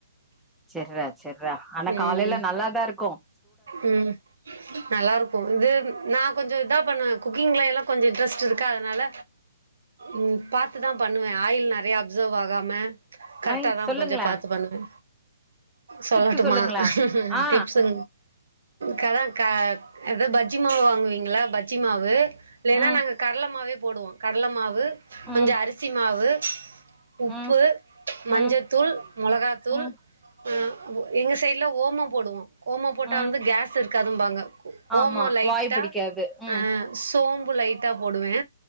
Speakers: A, in the centre; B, on the right.
A: செர்ரா செர்ரா ஆனா
B: ம்
A: காலைல நல்லாதாருக்கும்
B: ம் நல்லாருக்கு இது நா கொஞ்சோ இதா பண்ணுவே குக்கிங்ல எல்லா கொஞ்சோ இன்ட்ரெஸ்ட் இருக்கா அதனால ம் பாத்துதா பண்ணுவே ஆயில் நெறைய அப்சர்வ் ஆகாம கரெட்டா
A: ஐ
B: தா
A: சொல்லுங்களே
B: கொஞ்சோ பாத்து பண்ணுவே சொல்லட்டுமா
A: டிப்ஸ் சொல்லுங்களே ஆ
B: டிப்ஸு கதா கா ஏதா பஜ்ஜி மாவு வாங்குவீங்கள்ல பஜ்ஜி மாவு இல்லேன்னா
A: ம்
B: நாங்க கடல மாவே போடுவோ கடல மாவு கொஞ்சோ
A: ம்
B: அரிசி மாவு உப்பு
A: ம்
B: மஞ்சத்தூள்
A: ம்
B: மொளகா தூள்
A: ம்
B: ஆ ஒ எங்க சைடுல ஓமம் போடுவோ ஓமம் போட்டா
A: ம்
B: வந்து கேஸ் இருக்காதுபாங்க
A: ஆமா
B: ஒமோ லைட்டா
A: வாய் பிடிக்காது ம்
B: ஆ சோம்பு லைட்டா போடுவே